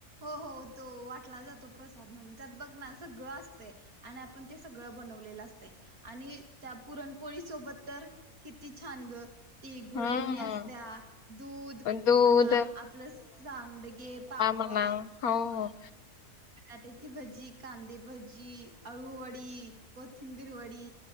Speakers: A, on the right (about 85°); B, on the left (about 85°).
A: ओ हो तो वाटला जातो प्रसाद म्हणून त्यात बघ ना सगळं असतय आणि आपण ते सगळं बनवलेलं असतय आणि त्या पुरणपोळी सोबत तर किती छान गं ती गुळवणी
B: हा
A: असत्या दूध
B: दूध
A: अ आपलं सांगडगे पाप
B: हो ना हो ओ हो
A: बटाट्याची भजी, कांदी भजी, अळूवडी, कोथिंबीर वडी